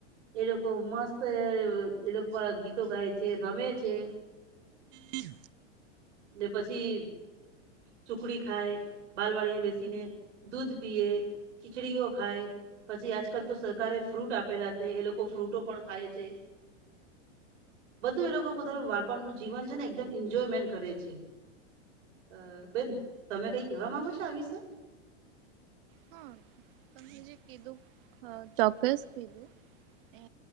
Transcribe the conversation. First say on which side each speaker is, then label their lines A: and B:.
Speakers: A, on the right (about 75°); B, on the right (about 45°).
A: એ લોકો મસ્ત એ ગીતો ગાય છે રમે છે
B: હ
A: ને પછી ચુકડી ખાય બાાલવાળિયા બેસીને દૂધ પીય ખિચડીઓ ખાય પછી આજકાલ તો સરકારે ફ્રૂટ આપેલા છે એ લોકો ફ્રૂટો પણ ખાય છે બધું એ લોકો પોતાનું વાળપણનું જીવન છે ને એકદમ એન્જોયમેન્ટ કરે છે અ બેન તમે કઈ કેવા માંગો છો આ વિશે
B: હા તમને કીધું ચોક્કસ કીધું